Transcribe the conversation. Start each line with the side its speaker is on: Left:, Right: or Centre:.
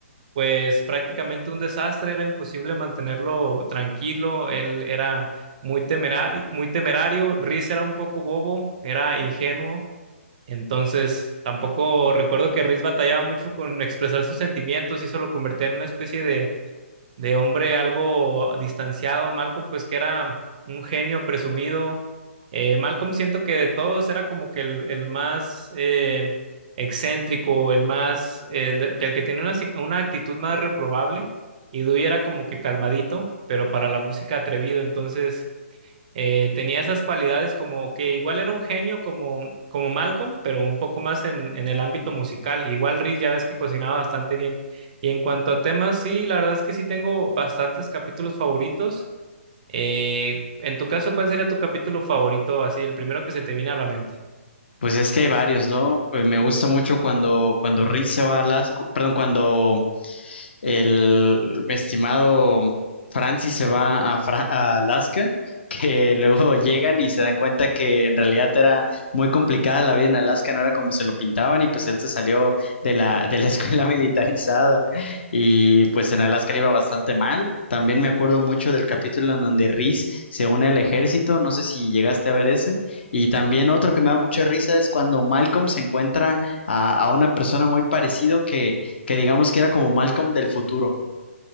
Right: pues prácticamente un desastre, era imposible mantenerlo tranquilo, él era muy temerario, muy temerario, Riz era un poco bobo, era ingenuo. Entonces, tampoco recuerdo que Riz batallaba mucho con expresar sus sentimientos y eso lo convertía en una especie de, de hombre algo distanciado. Malcolm, pues que era un genio presumido. Eh, Malcolm siento que de todos era como que el, el más eh, excéntrico, el más, el, el que tenía una, si- una actitud más reprobable. Y Dewey era como que calmadito, pero para la música atrevido. Entonces, eh, tenía esas cualidades como que igual era un genio como, como Malcolm, pero un poco más en, en el ámbito musical. Igual Riz ya ves que cocinaba bastante bien. Y en cuanto a temas, sí, la verdad es que sí tengo bastantes capítulos favoritos. Eh, en tu caso, ¿cuál sería tu capítulo favorito? Así, el primero que se te viene a la mente.
Left: Pues es que hay varios, ¿no? Eh, Me gusta mucho cuando, cuando Reed se va a Alaska, perdón, cuando el estimado Francis se va a, Fra- a Alaska, que <laughs> luego llegan y se dan cuenta que en realidad era muy complicada la vida en Alaska, no era como se lo pintaban y pues él se salió de la, de la <laughs> escuela militarizada y pues en Alaska le iba bastante mal. También me acuerdo mucho del capítulo en donde Reese se une al ejército, no sé si llegaste a ver ese. Y también otro que me da mucha risa es cuando Malcolm se encuentra a, a una persona muy parecido que que digamos que era como Malcolm del futuro.